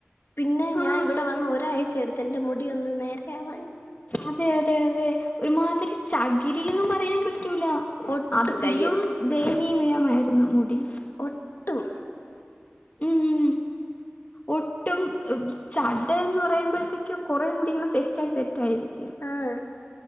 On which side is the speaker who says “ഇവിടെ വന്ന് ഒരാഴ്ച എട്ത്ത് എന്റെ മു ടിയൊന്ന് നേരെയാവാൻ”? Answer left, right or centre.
Left